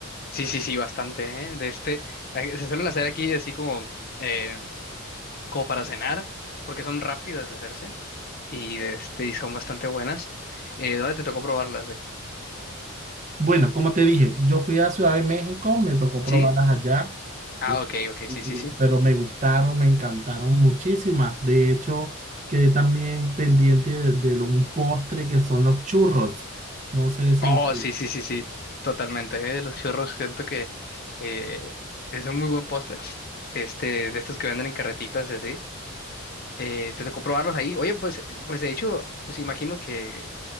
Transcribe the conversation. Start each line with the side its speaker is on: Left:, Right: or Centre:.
Left: Sí, sí, sí, bastante, ¿eh? De este, eh, se suelen hacer aquí así como. eh, como para cenar, porque son rápidas de hacerse y, de este, y son bastante buenas. Eh, ¿dónde te tocó probarlas?
Right: Bueno, como te dije, yo fui a Ciudad de México, me tocó probarlas
Left: ¿Sí?
Right: allá,
Left: Ah,
Right: ¿sí?
Left: ok, ok, sí, sí, sí.
Right: pero me gustaron, me encantaron muchísimas. De hecho, quedé también pendiente de, de lo- un postre que son los churros. No sé si...
Left: Oh,
Right: tú-
Left: sí, sí, sí, sí, totalmente. eh, Los churros siento que eh, es un muy buen postre, este, de estos que venden en carretitas y así. Eh, ¿te tocó probarlos ahí? Oye, pues, eh, pues de hecho, pues imagino que